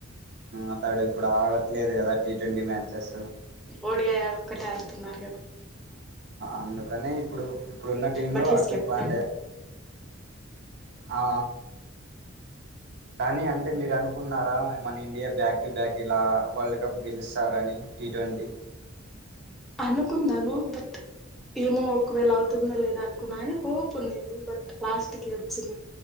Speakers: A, on the right; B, in the centre.
A: అతడు ఇప్పుడు ఆడట్లేదు కదా ట్ మ్యాచెస్
B: ఓడిఐ ఒక్కటే ఆడుతున్నారు కదా
A: అందుకనే ఇప్పుడు ఇప్పుడున్న టీ
B: but
A: లో
B: he's
A: Hardik
B: captain
A: Pandya ఆ కానీ అంటే మీరు అనుకున్నారా మన ఇండియా బ్యాక్ టు బ్యాక్ ఇలా వరల్డ్ కప్ గెలుస్తారని టీ ట్వంటీ
B: అనుకున్నాను బట్ ఏమో ఒకవేళ అవుతుందో లేదా అనుకున్నా అని హోప్ ఉందింది బట్ లాస్ట్ కి వచ్చింది